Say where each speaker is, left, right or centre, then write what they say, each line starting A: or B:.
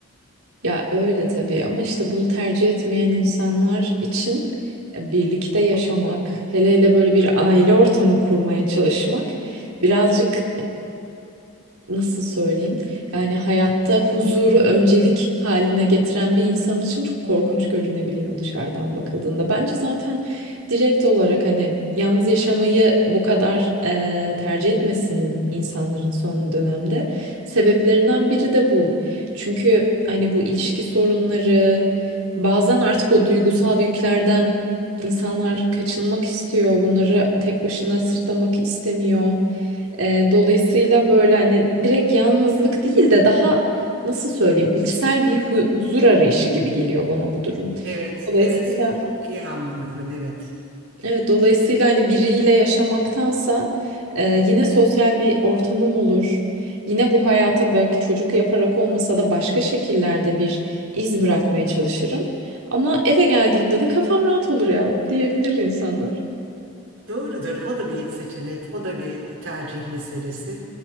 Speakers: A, on the right; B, on the right.
A: Ya öyle tabii ama işte bunu tercih etmeyen insanlar için e, birlikte yaşamak, hele hele böyle bir aile ortamı kurmaya çalışmak birazcık nasıl söyleyeyim? Yani hayatta huzuru öncelik haline getiren bir insan için çok korkunç görünebiliyor dışarıdan bakıldığında. Bence zaten direkt olarak hani yalnız yaşamayı bu kadar eee, tercih etmesinin insanların son dönemde sebeplerinden biri de bu. Çünkü hani bu ilişki sorunları bazen artık o duygusal yüklerden insanlar kaçınmak istiyor. Bunları tek başına sırtlamak istemiyor. E, dolayısıyla böyle hani direkt yalnızlık değil de daha nasıl söyleyeyim içsel bir hu- huzur arayışı gibi geliyor bana bu durum.
B: Evet,
A: Dolayısıyla
B: evet seni çok iyi anlıyorum. Evet.
A: evet dolayısıyla hani biriyle yaşamaktansa e, yine sosyal bir ortamım olur. Yine bu hayata belki çocuk yaparak olmasa da başka şekillerde bir iz bırakmaya çalışırım. Ama eve geldiğimde de kafam rahat olur ya diyebilir insanlar.
B: Doğrudur. O da bir seçenek, o da bir tercih meselesi.